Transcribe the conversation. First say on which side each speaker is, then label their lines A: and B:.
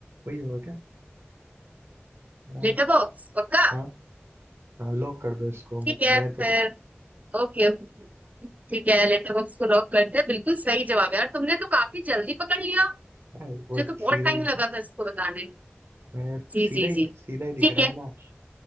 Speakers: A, on the right; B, on the right.
A: वही होगा क्या अ,
B: लेटर बॉक्स पक्का
A: हाँ हाँ लॉक कर दो इसको
B: ठीक
A: मतलब
B: है
A: मेरे को
B: फिर
A: तो
B: ओके ओके ठीक है लेटर बॉक्स को लॉक करते हैं बिल्कुल सही जवाब है यार तुमने तो काफी जल्दी पकड़ लिया
A: अ,
B: मुझे
A: वो
B: तो बहुत
A: सीधा
B: टाइम
A: ही
B: लगा था इसको बताने
A: मेरे
B: जी
A: सीधा
B: जी
A: ही
B: जी
A: सीधा ही दिख
B: ठीक
A: रहा
B: है
A: है ना